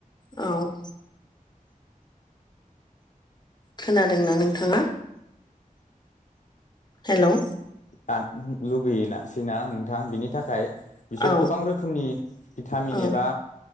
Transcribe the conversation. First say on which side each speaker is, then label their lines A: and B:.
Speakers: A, on the left; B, on the left.
A: औ खोनादोंना नोंथाङा हेलौ
B: दानो लुगैयोना सैना नोंथां बिनि थाखाय बिसोर
A: औ
B: गोबां रोखोमनि भिटामिन
A: औ
B: एबा